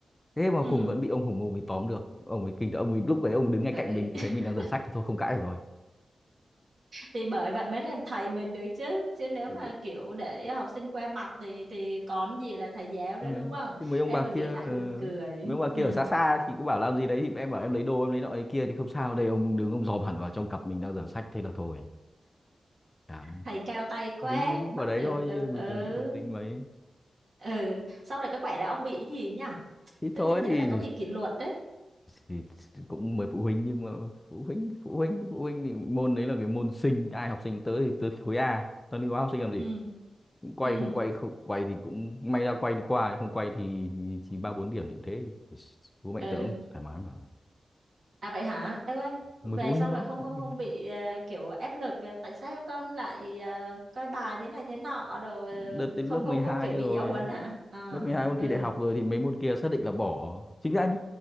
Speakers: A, on the left (about 20°); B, on the right (about 65°).
A: thế mà
B: ừ,
A: cùng
B: ừ.
A: vẫn bị ông Hùng ông ấy tóm được ông ấy kinh tởm ông ấy lúc ấy ông đứng
B: Bởi
A: ngay cạnh mình
B: <laughs>
A: thấy mình đang rửa sách thì thôi không cãi được rồi
B: thì bởi vậy mới làm thầy mình được chứ, chứ nếu
A: Ừ.
B: mà kiểu để học sinh qua mặt thì thì còn gì là thầy giáo nữa
A: ừ.
B: đúng không?
A: chứ mấy ông
B: Em
A: bà
B: mà
A: kia
B: nghĩ
A: ờ,
B: lại buồn cười.
A: mấy ông bà
B: Ừ.
A: kia ở xa xa thì cứ bảo làm gì đấy thì em bảo em lấy đồ em lấy nọ lấy kia thì không sao đây ông đứng ông dòm hẳn vào trong cặp mình đang rửa sách thế là thôi chán
B: Thầy cao tay quá,
A: dính dính
B: bắt
A: vào đấy
B: được.
A: thôi
B: ờ,
A: chứ bình
B: Ừ.
A: thường thì không dính mấy
B: Ừ, xong rồi cái quẻ đó ông bị cái gì nhỉ?
A: thì
B: tôi
A: thôi
B: tôi nhớ
A: thì,
B: là có bị kỷ luật đấy
A: thì cũng mời phụ huynh nhưng mà phụ huynh phụ huynh phụ huynh thì môn đấy là cái môn sinh ai học sinh tới thì tới khối A tao đi hóa học sinh làm gì
B: ừ
A: quay
B: ừ
A: không quay không quay thì cũng may ra quay đi qua không quay thì thì, thì ba bốn điểm điểm thế Thì bố mẹ
B: ừ
A: tớ cũng thoải mái mà
B: à vậy hả em ơi về
A: mười phụ huynh
B: xong
A: đó
B: rồi không
A: phụ
B: không
A: huynh.
B: không
A: đó.
B: bị ờ, kiểu ép lực ờ, tại sao con lại ờ, coi bài thế này thế nọ rồi ờ,
A: đợt đến
B: không
A: lớp 12
B: không không kiểu
A: rồi
B: bị giáo huấn hả à
A: lớp 12 môn
B: ừ
A: thi đại học rồi thì mấy môn kia xác định là bỏ chính ra nhá